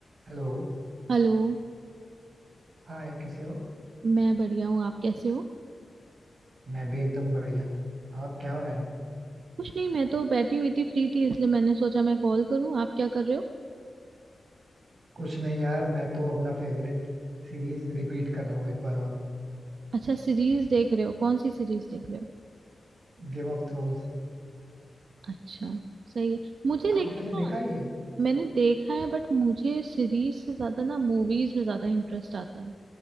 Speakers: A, on the right (about 60°); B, on the right (about 85°).
A: Hello
B: Hello
A: Hi कैसे हो
B: मैं बढ़िया हूँ आप कैसे हो
A: मैं भी एकदम बढ़िया और क्या हो रहा है
B: कुछ नहीं मैं तो बैठी हुई थी फ्री थी इसलिए मैंने सोचा मैं कॉल करूँ आप क्या कर रहे हो
A: कुछ नहीं यार मैं तो अपना फेवरेट सीरीज रिपीट कर रहा हूँ एक बार और
B: अच्छा सीरीज देख रहे हो कौन सी सीरीज देख रहे हो
A: Game of Thrones
B: अच्छा सही है मुझे
A: आपने
B: लेकिन
A: वैसे देखा
B: ना
A: ही है
B: मैंने देखा है बट मुझे सीरीज से ज्यादा ना मूवीज में ज्यादा इंटरेस्ट आता है